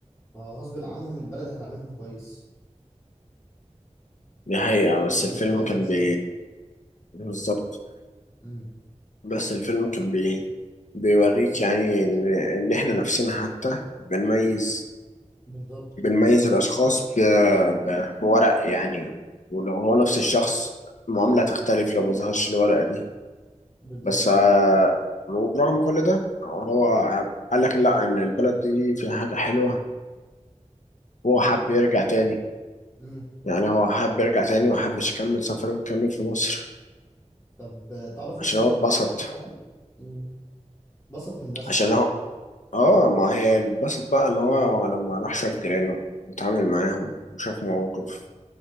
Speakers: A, on the left; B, on the left.
A: فغصب عنهم البلد هتعاملهم كويس
B: دي حقيقه بس
A: عشان
B: الفيلم
A: ما يحصلش
B: كان
A: مشكله
B: بي بالظبط
A: امم
B: بس الفيلم كان بي بيوريك يعني ان ان احنا نفسنا حتى بنميز
A: بالظبط
B: بنميز الاشخاص ب... ب... بورق يعني ولو هو نفس الشخص المعامله تختلف لو ما ظهرش الورقه دي
A: بالظبط
B: بس آه، وبرغم كل ده هو قال لك لا ان البلد دي فيها حاجه حلوه وهو
A: ليها
B: حب
A: ناسها
B: يرجع تاني
A: امم
B: يعني هو حب يرجع تاني وحبش يكمل سفره ويكمل في مصر
A: طب آه، تعرف ايه
B: عشان
A: السبب
B: هو اتبسط
A: اللي خلاها يحبها امم بسط من ناسها
B: عشان هو اه ما هي اتبسط بقى ان هو لما راح شاف جيرانه واتعامل معاهم وشاف مواقف